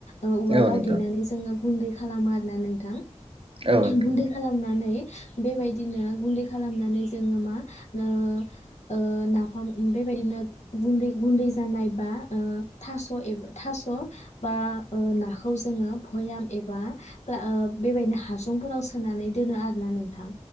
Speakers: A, on the left; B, on the right.
A: ओ उवालाव
B: नंगौ नोंथां
A: देनानै जोङो गुन्दै खालामो आरो । ना नोंथां ।
B: औ नोंथां
A: गुन्दै खालामनानै । बेबायदिनो गुन्दै खालामनानै जोङो मा नो ओ नाफाम बेबायदिनो गुन्दै गुन्दै जानाय बा ओ थास' एब थास' बा ओ नाखो खौ जोङो भयाम एबा फ्ला बेबायदिनो हासुंफोराव सोनानै दोनो आरो। ना नोंथां